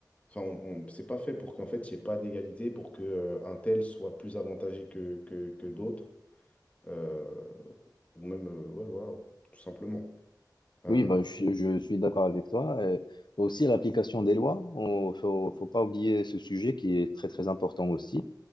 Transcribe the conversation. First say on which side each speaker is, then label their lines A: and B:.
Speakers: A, on the left (about 20°); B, on the left (about 80°).
A: Enfin, on, on- c'est pas fait pour qu'en fait, il n'y ait pas d'égalité, pour que, euh, un tel soit plus avantagé que, que, que d'autres. euh, ou même, euh, ouais, voilà, tout simplement. Euh,
B: oui, bah, je, je suis d'accord avec toi. euh, aussi, l'application des lois, on faut, faut pas oublier ce sujet qui est très, très important aussi.